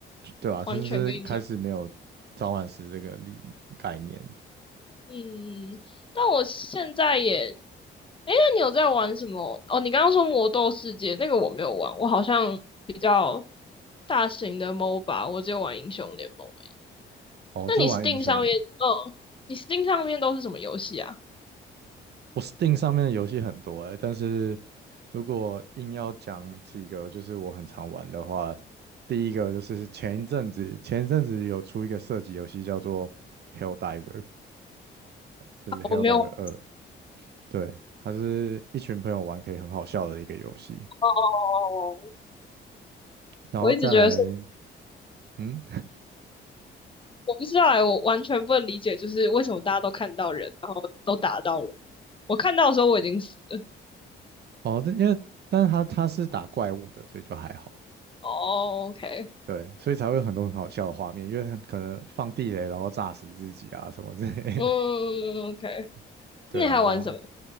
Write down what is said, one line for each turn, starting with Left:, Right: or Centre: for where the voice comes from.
Right: 对啊，
Left: 完全跟以前。
Right: 他是开始没有召唤师这个理概念。
Left: 嗯，但我现在也，哎，那你有在玩什么？哦，你刚刚说魔斗世界那个我没有玩，我好像比较大型的 MOBA，我只有玩英雄联盟欸。
Right: 哦，
Left: 那你
Right: 这玩英雄联盟
Left: Steam 上面，嗯，你 Steam 上面都是什么游戏啊？
Right: 我 Steam 上面的游戏很多哎、但是如果硬要讲几个，就是我很常玩的话，第一个就是前一阵子，前一阵子有出一个射击游戏叫做《Hell Diver》，就是《Hell
Left: 我没有，
Right: Diver
Left: 哦
Right: 二》，对，它是一群朋友玩可以很好笑的一个游戏。
Left: 哦哦，哦哦
Right: 然后再来，
Left: 我一直觉得是，
Right: 嗯，
Left: 我不知道哎，我完全不能理解，就是为什么大家都看到人，然后都打到人。我看到的时候我已经死了。
Right: 哦，但因为但是它它是打怪物的，所以就还好。
Left: 哦，OK，
Right: 对，所以才会有很多很好笑的画面，因为很可能放地雷，然后炸死自己啊什么之类的。
Left: 嗯，OK，
Right: <laughs> 对啊，
Left: 那你还玩什么？
Right: 然后